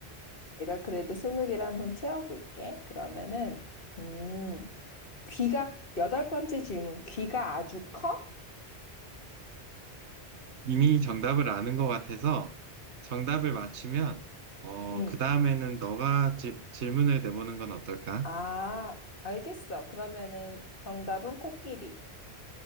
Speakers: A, on the left; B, on the right.
A: 내가 그래도 20개를 한번 채워볼게. 그러면은, 음, 귀가, 여덟 번째 질문, 귀가 아주 커?
B: 이미 정답을 아는 것 같아서 정답을 맞추면, 어,
A: 응.
B: 그 다음에는 너가 지- 질문을 내보는 건 어떨까?
A: 아, 알겠어. 그러면은 정답은 코끼리.